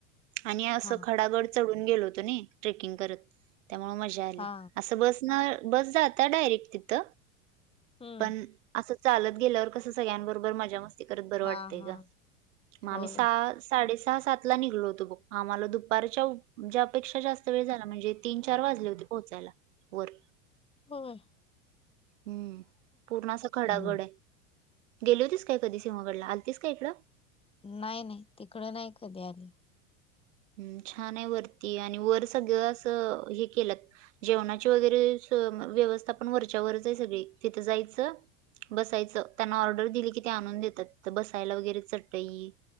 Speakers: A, on the right; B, on the left.
A: आणि असं
B: हा
A: खडागड चडून गेलो होतो नही ट्रेकींग करत, त्यामुळ मजा आली
B: हा
A: अस बस न बस जाता डायरेट तिथ
B: हम्म
A: पण अस चालत गेल्यावर कसं सगळ्यांबरोबर मजा मस्ती करत बरं
B: हा
A: वाटतंय
B: हा
A: ग. म आम्ही
B: होय
A: सहा, साडे सहा, सात ला निघलो होतो बघ आम्हाला दुपारच्या ज्या पेक्षा जास्त वेळ झाला म्हणजे तीन, चार, वाजले होते पोहचायला वर.
B: हो!
A: हूं पूर्ण अस खडागड
B: हम्म
A: आहे. गेली होतीस काय कधी सिहंगडला आलतीस का इकंड?
B: नाही, नाही तिकडं नाही कधी आली.
A: हं छान आहे वरती आणि वर सगळं अस हे केलंत. जेवणाची वगैरे व्यवस्था पन वरच्या वरच आहे सगळी तिथं जायचं. बसायचं त्यांना ऑर्डर दिली की ते आणून देतात तीत बसायला वगैरे चटई